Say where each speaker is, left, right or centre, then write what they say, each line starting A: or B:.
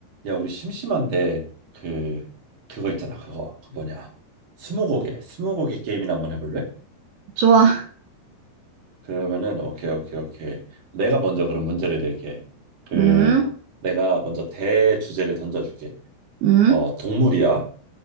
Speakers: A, on the right; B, on the right.
A: 야, 우리 심심한데 그 그거 있잖아. 그거. 그 뭐냐? 스무고개. 스무고개 게임이나 한번 해볼래?
B: 좋아.
A: 그러면은 오케이, 오케이, 오케이. 내가 먼저 그럼 문제를 낼게. 그
B: 음,
A: 내가 먼저 대주제를 던져줄게.
B: 음.
A: 어, 동물이야.